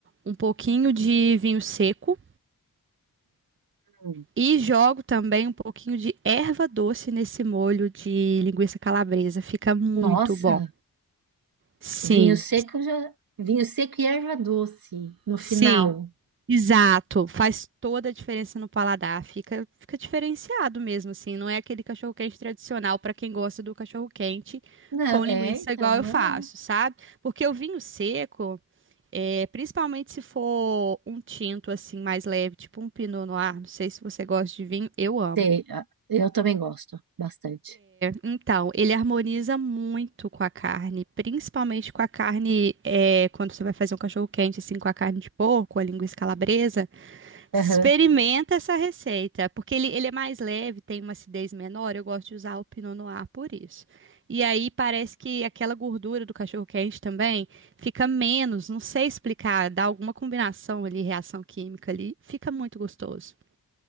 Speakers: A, on the right; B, on the right.
A: um pouquinho de vinho seco
B: Hum.
A: e jogo também um pouquinho de erva doce nesse molho de linguiça calabresa. Fica muito
B: Nossa,
A: bom. Sim.
B: o vinho seco já, vinho seco e erva doce no final.
A: Sim, exato. Faz toda a diferença no paladar. Fica, fica diferenciado mesmo, assim. Não é aquele cachorro-quente tradicional para quem gosta do cachorro-quente
B: Não,
A: com
B: é,
A: linguiça
B: então,
A: igual
B: não
A: eu faço,
B: é não.
A: sabe? Porque o vinho seco, é, principalmente se for um tinto assim mais leve, tipo um Pinot Noir, não sei se você gosta de vinho, eu amo.
B: Sei, ah, eu também gosto bastante.
A: Então, ele harmoniza muito com a carne, principalmente com a carne, é, quando você vai fazer um cachorro-quente assim com a carne de porco, a linguiça calabresa. Experimenta
B: Aham.
A: essa receita, porque ele, ele é mais leve, tem uma acidez menor. Eu gosto de usar o Pinot Noir por isso. E aí parece que aquela gordura do cachorro quente também fica menos, não sei explicar, dá alguma combinação ali, reação química ali, fica muito gostoso.